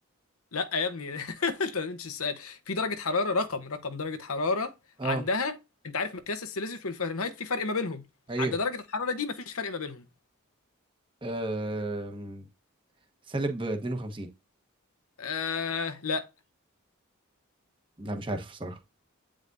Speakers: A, on the left (about 80°); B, on the right (about 25°).
A: لا يا ابني <laughs> انت مش السؤال في درجه حراره رقم رقم درجه حراره
B: اه
A: عندها انت عارف مقياس السيليزيوس والفهرنهايت في فرق ما بينهم
B: ايوه
A: عند درجه الحراره دي مفيش فرق ما بينهم
B: أم... سالب 52
A: آه لا
B: لا مش عارف الصراحة